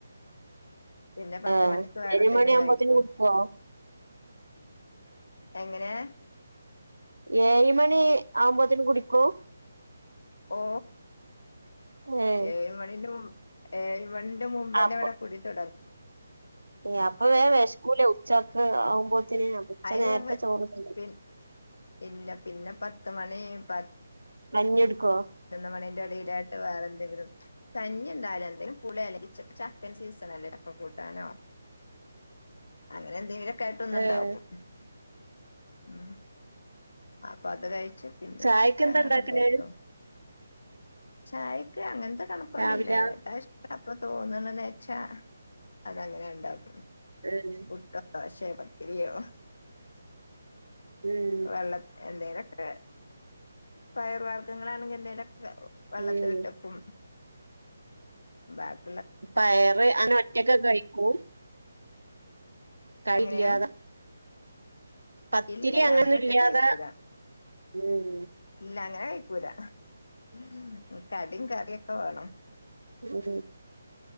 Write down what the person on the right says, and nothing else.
ആഹ
എരു
മണി ആുമ്പോത്തന്
വിടുക്കോ
എഴു മണി ആുമ്പോത്തന് കുടിക്ക
ഏഹ്
അപ്പൊ
അപ്പൊ വേ വ സ്കൂള ഉച്ച <unintelligible> അഛൻ
നേരത്തെ
ചോദിച്ചു
മഞ്ഞെടുക്കോ
ഏഹ്
ചായക്കെന്താ
ഇണ്ടാക്കല്
രാവിലെ
ഏഹ്
ഉം
ഉം
പയറ് ഞാൻ ഒറ്റക്ക് കഴിക്കും. കറി
ഇല്ലാതെ. പത്തിരി
അങ്ങന്നും
ഇല്ലാതെ.
ഉം
ഉം